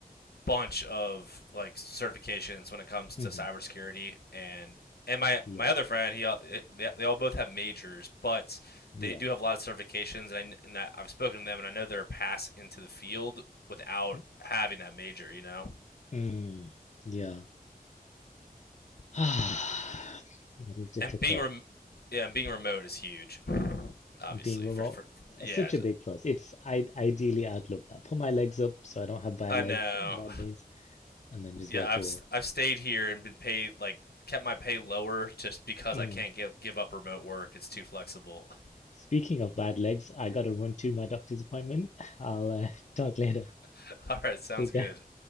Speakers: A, on the left; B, on the left.
A: bunch of like certifications when it comes to
B: mhm,
A: cybersecurity and and my
B: Yeah.
A: my other friend he they, they all both have majors but
B: Yeah.
A: they do have a lot of certifications and, I, and I, I've spoken to them and I know they're passed into the field without
B: mm,
A: having that major you know
B: mm. Yeah. <sighs> It is difficult.
A: and being rem- yeah and being remote is huge obviously
B: being remote
A: for, for yeah
B: is such a big plus. It's I ideally I'd love that. Put my legs up so I don't have bad
A: I
B: legs,
A: know
B: bad veins, and then just
A: yeah
B: work
A: I've
B: away.
A: I've stayed here and been paid like kept my pay lower just because
B: Mm.
A: I can't give give up remote work it's too flexible
B: Speaking of bad legs, I gotta run to my doctor's appointment. I'll uh, <laughs> talk later.
A: <laughs> All right, sounds
B: Take care.
A: good.